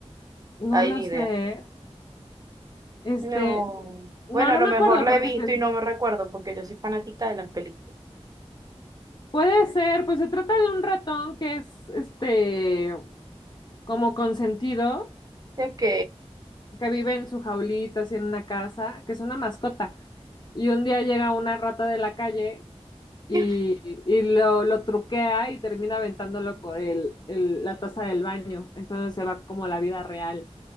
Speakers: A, on the left; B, on the right.
A: No
B: Hay
A: lo
B: ni
A: sé.
B: idea.
A: Este,
B: No.
A: no,
B: Bueno,
A: no
B: a lo
A: me
B: mejor
A: acuerdo
B: la
A: porque
B: he visto
A: te...
B: y no me recuerdo porque yo soy fanática de las películas.
A: Puede ser, pues se trata de un ratón que es, este, como consentido,
B: Ok.
A: que vive en su jaulita, así en una casa, que es una mascota. Y un día llega una rata de la calle y,
B: <laughs>
A: y lo, lo truquea y termina aventándolo por el, el- la taza del baño. Entonces se va como la vida real.